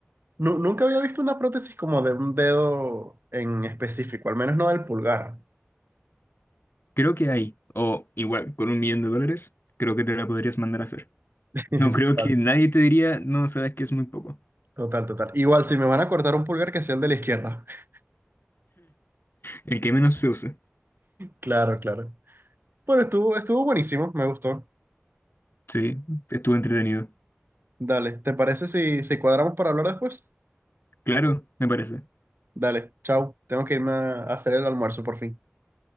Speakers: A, on the right (about 55°); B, on the left (about 55°).
A: Nu- nunca había visto una prótesis como de un dedo en específico, al menos no del pulgar.
B: Creo que hay, o igual, con un millón de dólares, creo que te la podrías mandar a hacer.
A: <laughs>
B: No creo
A: Total,
B: que nadie te diría, no, sabes que es muy poco.
A: total, total. Igual, si me van a cortar un pulgar, que sea el de la izquierda. <laughs>
B: El que menos se use.
A: Claro, claro. Bueno, estuvo, estuvo buenísimo, me gustó.
B: Sí, estuvo entretenido.
A: Dale, ¿te parece si, si cuadramos para hablar después?
B: Claro, me parece.
A: Dale, chao, tengo que irme a a hacer el almuerzo por fin.